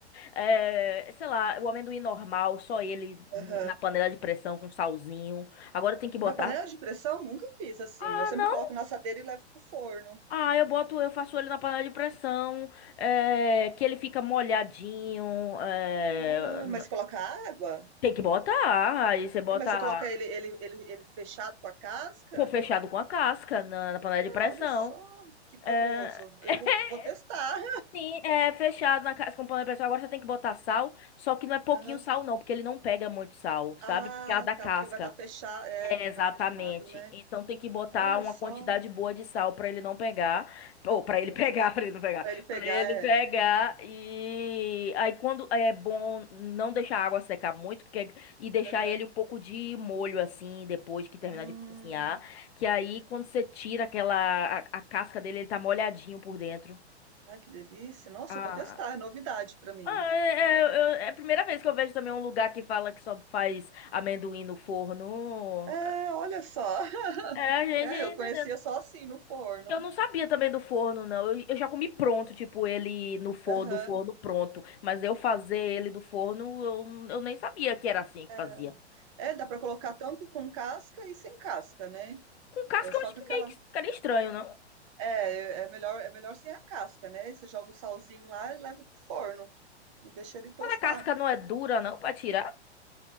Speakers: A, on the left; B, on the right.
A: é, sei lá, o amendoim normal, só ele
B: Aham.
A: na panela de pressão com salzinho. Agora tem que
B: Na
A: botar.
B: panela de pressão, nunca fiz assim.
A: ah
B: Eu sempre
A: não
B: coloco na assadeira e levo pro forno.
A: Ah, eu boto, eu faço ele na panela de pressão, é, que ele fica molhadinho. é,
B: Ah, mas coloca água?
A: tem que botar. Aí você bota
B: É, mas você coloca ele, ele, ele, ele fechado com a casca?
A: com fechado com a casca na, na panela de pressão.
B: Ah, olha só, que curioso.
A: É, <laughs>
B: Eu vou, vou testar.
A: sim, é fechado na casca com panela de pressão. Agora você tem que botar sal, só que não é pouquinho
B: <laughs> Aham.
A: sal, não, porque ele não pega muito sal, sabe?
B: Ah,
A: Por causa da casca.
B: tá, porque ele vai estar fechado. É,
A: Exatamente.
B: ele vai estar fechado, né?
A: Então tem que botar
B: Olha
A: uma
B: só,
A: quantidade boa de sal para ele não pegar, ou para ele pegar, <laughs> para ele não pegar,
B: pra ele pegar
A: para ele
B: é.
A: pegar e aí quando é bom não deixar a água secar muito, porque e deixar
B: Aham.
A: ele um pouco de molho assim depois que terminar
B: Hum.
A: de cozinhar, que aí quando você tira aquela a, a casca dele, ele tá molhadinho por dentro.
B: Ai, que delícia. Nossa,
A: Ah,
B: eu vou testar, é novidade pra mim.
A: ah, é, é- é é a primeira vez que eu vejo também um lugar que fala que só faz amendoim no forno.
B: É, olha só. <laughs>
A: É, a gente
B: É,
A: entendeu.
B: eu conhecia só assim no forno.
A: Eu não sabia também do forno, não. Eu, eu já comi pronto, tipo, ele no forno,
B: Aham.
A: do forno pronto. Mas eu fazer ele do forno, eu, eu nem sabia que era assim que
B: É,
A: fazia.
B: É dá pra colocar tanto com casca e sem casca, né?
A: Com casca
B: É só
A: eu acho
B: com
A: que
B: aquela.
A: meio que ficaria estranho, não?
B: É, é melhor, é melhor sem a casca, né? Você joga o salzinho lá e leva pro forno e deixa ele tostar.
A: Mas a casca não é dura, não, pra tirar?